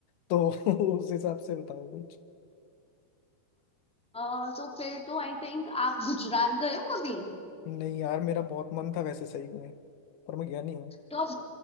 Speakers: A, on the left; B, in the centre.
A: तो <laughs> उस हिसाब से बताऊँ कुछ
B: अ, तो फिर तो आई थिंक आप गुजरात गए हो कभी
A: नहीं यार मेरा बहुत मन था वैसे सही में पर मैं गया नहीं हूँ
B: तो आप